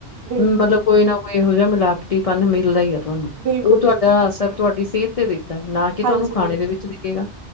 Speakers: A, on the right; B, on the left.
A: ਬਿਲਕੁਲ,
B: ਮਤਲਬ
A: ਬਿਲਕੁਲ,
B: ਕੋਈ ਨਾ ਕੋਈ ਇਹੋ ਜਿਆ ਮਿਲਾਵਟੀਪਨ ਮਿਲਦਾ ਈ ਆ ਤੁਹਾਨੂੰ।
A: ਬਿਲਕੁਲ,
B: ਓ ਤੁਹਾਡਾ
A: ਬਿਲਕੁਲ
B: ਅਸਰ ਤੁਆਡੀ ਸੇਤ ਤੇ ਦਿਖਦਾ ਨਾ ਕਿ
A: ਹਾਂਜੀ,
B: ਤੁਆਨੂੰ ਖਾਣੇ
A: ਹਾਂਜੀ,
B: ਦੇ ਵਿਚ ਦਿਖੇਗਾ।